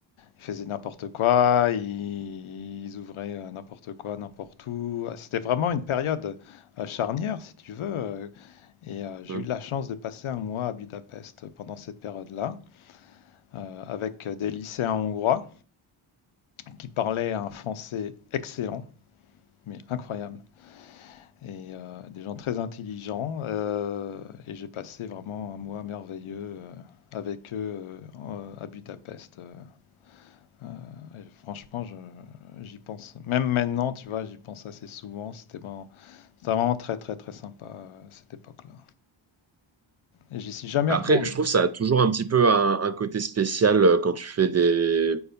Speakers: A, on the left (about 75°); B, on the right (about 35°).
A: ils faisaient n'importe quoi, ils, ils ouvraient euh, n'importe quoi, n'importe où. Ah, C'était vraiment une période euh, charnière, si tu veux. euh, Et euh, j'ai
B: vois.
A: eu de la chance de passer un mois à Budapest pendant cette période-là, euh, avec des lycéens hongrois qui parlaient un français excellent, mais incroyable. et euh, des gens très intelligents. euh, et j'ai passé vraiment un mois merveilleux euh, avec eux euh, en- à Budapest. euh, euh, et franchement, je- j'y pense. Même maintenant, tu vois, j'y pense assez souvent. C'était vraiment, c'était vraiment très, très, très sympa euh, cette époque-là. Et j'y suis jamais
B: Après,
A: retourné.
B: je trouve ça a toujours un petit peu un, un côté spécial euh, quand tu fais des,